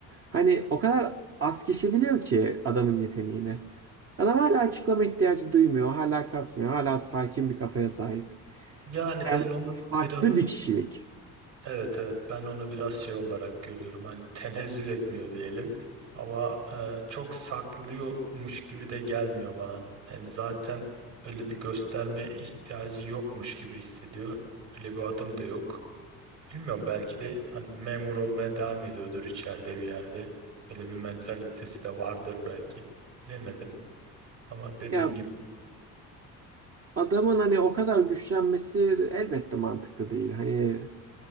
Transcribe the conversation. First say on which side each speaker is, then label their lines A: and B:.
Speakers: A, on the right; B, on the right.
A: Hani o kadar az kişi biliyor ki adamın yeteneğini. Adam hala açıklama ihtiyacı duymuyor. Hala kasmıyor. Hala sakin bir kafaya sahip.
B: Yani
A: Yani
B: ben onu
A: farklı
B: biraz
A: bir kişilik.
B: evet evet ben onu biraz şey olarak görüyorum. Hani tenezzül etmiyor diyelim. Ama e, çok saklıyormuş gibi de gelmiyor bana. Yani zaten öyle bir gösterme ihtiyacı yokmuş gibi hissediyor. Öyle bir adım da yok. Bilmiyorum belki de hani memur olmaya devam ediyordur içeride bir yerde. Böyle bir mentalitesi de vardır belki. Bilemedim ama dediğin
A: Ya
B: gibi
A: adamın hani o kadar güçlenmesi elbette mantıklı değil. Hani